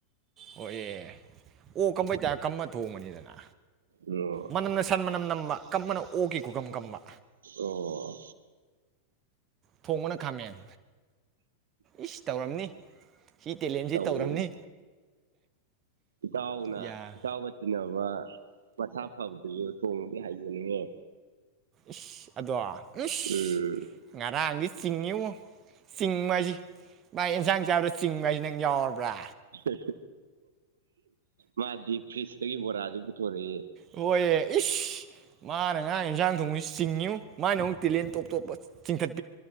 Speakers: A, on the right; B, on the right.
A: ꯑꯣꯏ ꯑꯦ ꯑꯣ ꯀꯝꯕꯩ ꯇꯥ ꯀꯝꯃ ꯊꯣꯡꯕꯅꯤꯗꯅ
B: ꯑꯣ
A: ꯃꯅꯝꯅ ꯁꯟ ꯃꯅꯝ ꯅꯝꯕ ꯀꯞꯃꯅ ꯑꯣꯛꯈꯤ ꯈꯨꯨꯀꯝ ꯀꯝꯕ
B: ꯑꯣ
A: ꯊꯣꯡꯕꯅ ꯈꯥꯃꯦꯟ ꯏ ꯇꯧꯔꯝꯅꯤ ꯁꯤ ꯇꯦꯂꯦꯟꯁꯤ
B: ꯇꯧꯋꯤ
A: ꯇꯧꯔꯝꯅꯤ
B: ꯏꯇꯥꯎꯅ
A: ꯌꯥ
B: ꯏꯇꯥꯎꯒ ꯇꯤꯟꯅꯕ ꯄꯊꯥ ꯐꯕꯗ ꯑꯗꯨꯁꯨ ꯊꯣꯡꯗ ꯍꯥꯏ ꯅꯉꯦ
A: ꯏ ꯑꯗꯋꯥ ꯏꯁ
B: ꯎꯝ
A: ꯉꯔꯥꯡ ꯑꯪꯗꯤ ꯆꯤꯡꯅꯤꯌ ꯆꯤꯡꯁꯤ ꯃꯥꯥꯏ ꯏꯟꯁꯥꯡ ꯆꯥꯕꯗ ꯆꯤꯡ ꯍꯥꯏꯁꯤ ꯅꯪ ꯌꯥꯎꯔꯕ꯭ꯔꯥ
B: ꯍ ꯃꯥꯗꯤꯞ ꯐꯤꯁ ꯑꯒꯤ ꯕꯣꯔꯥꯥꯁ ꯄꯨꯊꯣꯔꯛꯏꯦ
A: ꯍꯣꯏ ꯏꯁ ꯃꯥꯅ ꯉꯥ ꯏꯟꯖꯥꯡ ꯊꯣꯡꯕꯁꯤ ꯆꯤꯡꯉꯌꯨ ꯃꯥꯏꯅ ꯑꯃꯨꯛ ꯇꯦꯂꯦꯟ ꯇꯣꯞ ꯇꯣꯞꯄ ꯆꯤꯡꯈꯠ